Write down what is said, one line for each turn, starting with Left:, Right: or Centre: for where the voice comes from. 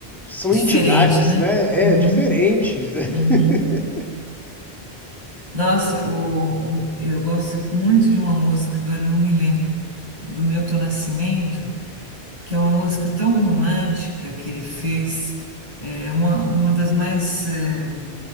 Centre: São
Right: Diferente,
Centre: entidades,
Right: né?
Centre: né?
Right: Uhum,
Centre: É, diferentes. <laughs>
Right: uhum. Nossa, o, o- eu gosto muito de uma música, agora eu não me lembro, do Milton Nascimento, que é uma música tão romântica que ele fez, é uma, uma das mais, é,